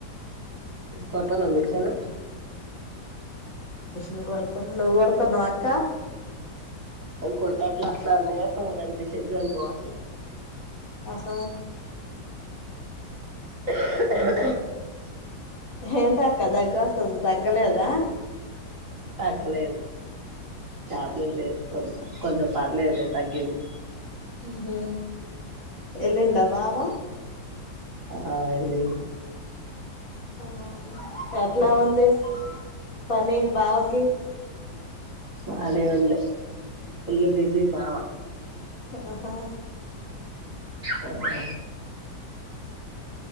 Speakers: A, on the right (about 40°); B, on the left (about 45°).
A: కొటనమిషను
B: నువ కొడతాను నువ్ కొడతనవ్ అక్క
A: అ కోటాట్లా నస మ విషయంజ అనుభవట్లా
B: ఆహ
A: <inaudible>
B: హేంటక్క దగ్గస్త దగ్గలేదా
A: తగ్గలేదు టాబ్లెట్లు యేసుకోని కొంచెం పర్లేదు తగ్గింది
B: ఉహు ఎల్లిండా బావ
A: ఆ ఎల్లి
B: ఆ ఎట్లా ఉంది పని బావకి
A: బానే ఉంది ఫుల్ బీజీ బావ
B: ఆహా
A: ఆ